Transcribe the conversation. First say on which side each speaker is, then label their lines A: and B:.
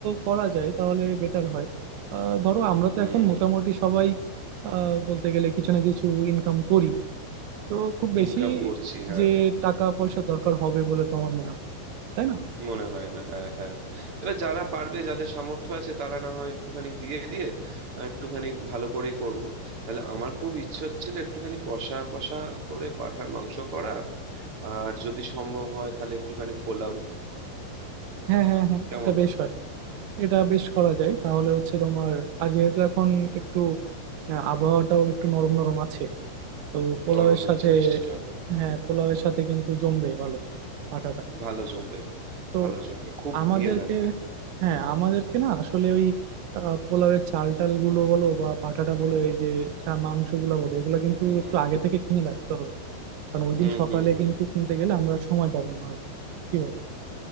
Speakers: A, on the right (about 90°); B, on the right (about 30°).
A: করা যায় তাহলে বেটার হয় আহ, ধরো আমরা
B: হুম
A: তো এখন মোটামুটি সবাই আহ, বলতে গেলে কিছু না কিছু ইনকাম করি তো খুব বেশি
B: ইনকাম করছি হ্যাঁ
A: যে টাকা পয়সা দরকার হবে বলে তো আমার মনে হয় তাই না
B: মনে হয় না হ্যাঁ হ্যাঁ এবার যারা পারবে যাদের সামর্থ্য আছে তারা না হয় একটুখানি দিয়ে দিয়ে আহ, একটুখানি ভালো করেই করব তাহলে আমার খুব ইচ্ছে হচ্ছিল একটুখানি কষা কষা করে পাঁঠার মাংস করা আর যদি সম্ভব হয় তাহলে একটুখানি পোলাও
A: হ্যাঁ হ্যাঁ হ্যাঁ
B: কেমন
A: এটা বেশ
B: হয়
A: হয় এটা বেশ করা যায় তাহলে হচ্ছে তোমার আর যেহেতু এখন একটু আহ, আবহাওয়াটাও একটু নরম নরম আছে তো পোলাওয়ের
B: নরম হয়েছে
A: সাথে
B: বৃষ্টিটা এখন
A: হ্যাঁ পোলাওয়ের সাথে কিন্তু জমবে ভালো আটাটা
B: ভালো জমবে
A: তো
B: ভালো জমবে খুব
A: আমাদেরকে
B: ইয়ে লাগবে
A: হ্যাঁ আমাদেরকে না আসলে ওই আহ, পোলাওয়ের চাল টাল গুলো বলো বা পাঠাটা বলো এই যে মাংস গুলো বলো এগুলো কিন্তু
B: হুম
A: একটু আগে থেকে কিনে রাখতে হবে কারণ ওই দিন
B: হুম
A: সকালে
B: হুম হুম
A: কিন্তু কিনতে গেলে আমরা সময় পাবো না হয়তো কি বলো